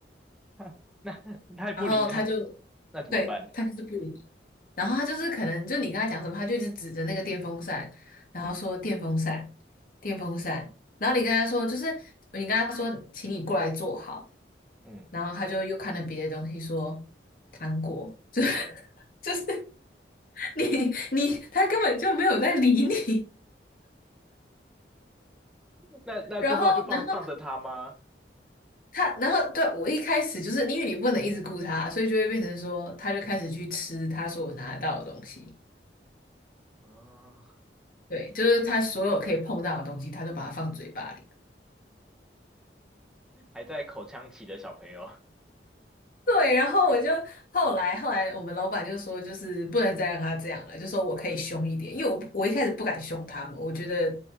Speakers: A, in the centre; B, on the left.
A: <laughs> 那那太不理呢？
B: 然后他就，
A: 那怎么办？
B: 对，他就是不理你。然后他就是可能就你跟他讲什么，他就一直指着那个电风扇，然后说电风扇，电风扇。然后你跟他说，就是你跟他说，请你过来坐好。
A: 嗯，
B: 然后他就又看了别的东西说糖果，就是 <laughs> 就是你你他根本就没有在理你。
A: 那那最后就放放着他吗？
B: 然后然后他然后对我一开始就是因为你不能一直顾他，所以就会变成说他就开始去吃他说我拿得到的东西。
A: 啊，
B: 对，就是他所有可以碰到的东西，他就把它放嘴巴里。
A: 还在口腔期的小朋友，
B: 对，然后我就后来后来我们老板就说，就是不能再让他这样了，就说我可以凶一点，因为我我一开始不敢凶他们，我觉得